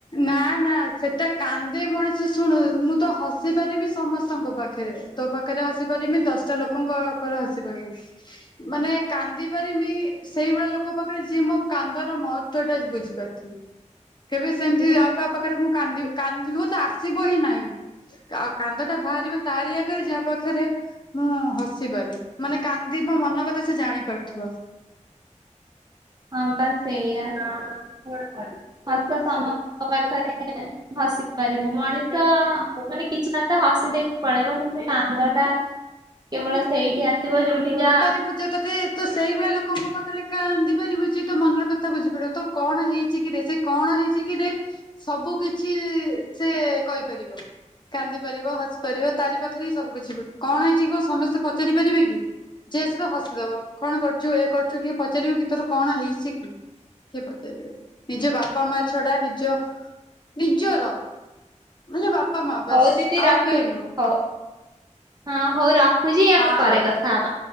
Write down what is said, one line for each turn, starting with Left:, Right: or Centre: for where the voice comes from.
Left: ନା ନା ସେଟା କାନ୍ଦି ମଣିଷ ଶୁଣୁ ମୁଁ ତ ହସି ପାରିବି ସମସ୍ତଙ୍କ ପାଖରେ। ତୋ ପାଖରେ ହସି ପାରମି ଦଶଟା ଲୋକଙ୍କ ଉପରେ ହସି ପାରିବି। ମାନେ କାନ୍ଦି ପାରମି ସେଇଭଳିଆ ଲୋକଙ୍କ ପାଖରେ ଯିଏ ମୋ କାନ୍ଦର ମହତ୍ଵ ଟା ବୁଝିପାରୁଥିବ। ସେମିତି
Right: ହଁ
Left: ଆଉ କାହା ପାଖରେ ମୁଁ କାନ୍ଦିବି କାନ୍ଦି ଲୁଅ ତ ଆସିବ ହିଁ ନାହିଁ। ଆ କାନ୍ଦ ଟା ବାହାରିବ ତାରି ଆଗରେ ଯାହା ପାଖରେ ମୁଁ ହସିପାରେ ମାନେ କାନ୍ଦି ମୋ ମନ କଥା ସେ ଜାଣିପାରୁଥିବ।
Right: ହଁ ବା ସେଇଆ ହସ ସମସ୍ତଙ୍କ ପାଖରେ ହସି ପାରିବ ମଣିଷ ମାନେ କିଛି ନ ତ ହସି ଦେଇକି ପଳେଇବ କିନ୍ତୁ କାନ୍ଦ ଟା କେବଳ ସେଇଠି ଆସିବ ଯୋଉଠି ଯା
Left: ପୁଜେ ତତେ ତ ସେଇଭଳିଆ ଲୋକଙ୍କ ପାଖରେ କାନ୍ଦି ପାରିବୁ ଯିଏ ତୋ ମନର କଥା ବୁଝିପାରିବ ତୋର କଣ ହେଇଛି କିରେ ସେ କଣ ହେଇଛି କିରେ? ସବୁ କିଛି ସେ କହିପାରିବ। କାନ୍ଦି ପାରିବ ହସି ପାରିବ ତାରି ପାଖରେ ହିଁ ସବୁ କିଛି ମି କଣ ହେଇଛି କ ସମସ୍ତେ ପ ପଚାରି ପାରିବେ କି ଯେ ଆସିବ ହସିଦବ କଣ କରୁଛୁ ଏ କରୁଛୁ କିଏ ପଚାରିବ କି ତୋର କଣ ହେଇଚି କି କିଏ ପଚାରିବେ? ନିଜ ବାପା ମା ଛଡା ନିଜ ନିଜର ମାନେ ବାପା ମା ବାସ
Right: ହଉ ଦିଦି ରଖୁଛି
Left: ଆଉ କେଇ ନୁଅ।
Right: ହଉ ହଁ ହଉ ରଖୁଛି ଆମେ
Left: ହଁ
Right: ପରେ
Left: ରଖ।
Right: କଥା ହବା।